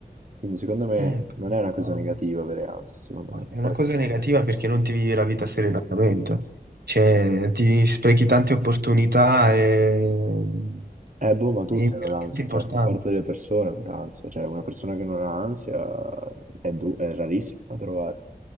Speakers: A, on the right (about 50°); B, on the right (about 75°).
A: Quindi secondo me
B: Eh,
A: non è una
B: però-
A: cosa negativa avere ansia, secondo
B: Ma
A: me.
B: È una
A: Poi...
B: cosa negativa perché non ti vivi la vita serenamente, cioè ti sprechi tante opportunità e...
A: Eh boh, ma tutti
B: è veramente
A: hanno l'ansia,
B: importante.
A: cioè fa parte delle persone avere l'ansia, cioè una persona che non ha ansia è, du- è rarissima da trovare.